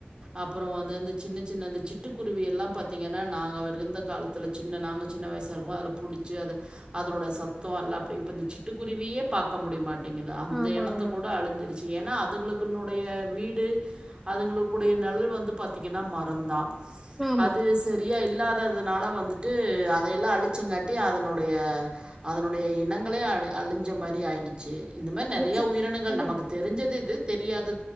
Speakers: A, on the right (about 25°); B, in the centre.
A: அப்ரோ வந்து அந்த சின்ன சின்ன அந்த சிட்டுக்குருவி எல்லாம் பாத்தீங்கன்னா நாங்க இருந்த காலத்தில சின்ன நாங்க சின்ன வயசாருக்குவு அதுல புடிச்சு அத அதனோட சத்த எல்லா அப்படி இப்ப இந்த சிட்டுக்குருவியே பாக்க முடியமாட் ங்குது அந்த
B: ஆமா
A: எனத்த
B: ஆமா
A: கூட அழிஞ்சிருச்சு ஏனா அதுகளுக் தனுடைய வீடு அதுங்களுக்குடைய நெழல் வந்து பாத்தீங்கன்னா மரந்தா
B: ஆமா
A: அது சரியா இல்லாததுனால வந்துட்டு அதையெல்லா அழி ச்சங்காட்டி அதனுடைய அதனுடைய இனங்களே அழி அழிஞ்ச மாரி ஆயிடுச்சு இந்த மாரி நெறையா
B: சிட்
A: உயிரினங்கள்
B: அதா
A: நமக்கு தெரிஞ்சது இது தெரியா